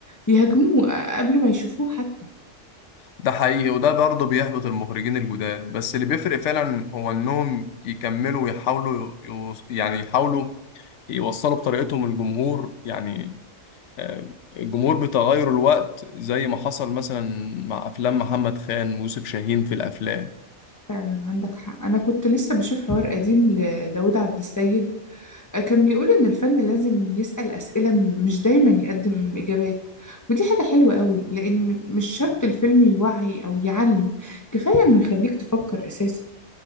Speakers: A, on the left; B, on the left.
A: يهاجموه قبل ما يشوفوه حتى
B: ده حقيقي وده برضه بيحبط المخرجين الجداد بس اللي بيفرق فعلا هو انهم يكملوا ويحاولوا يوص- يعني يحاولوا يوصلوا بطريقتهم للجمهور يعني آه، الجمهور بتغير الوقت زي ما حصل مثلا مع افلام محمد خان ويوسف شاهين في الافلام
A: فعلا عندك حق أنا كنت لسه بشوف حوار قديم لداود عبد السيد كان بيقول إن الفن لازم يسأل أسئلة مش دايما يقدم إجابات ودي حاجة حلوة قوي لأن مش شرط الفيلم يوعي أو يعلم كفاية إنه يخليك تفكر أساسا